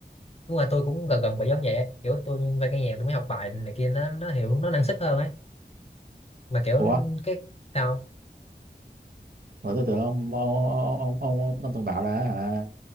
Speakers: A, on the left; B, on the right.
A: đúng rồi tôi cũng gần gần bị giống vậy ấy. kiểu tôi phải nghe nhạc tôi mới học bài này kia nó nó hiểu nó năng suất hơn ấy mà kiểu
B: ủa
A: cái sao
B: Ủa, tôi tưởng ông ông ông ông ông, ông thường bảo là hả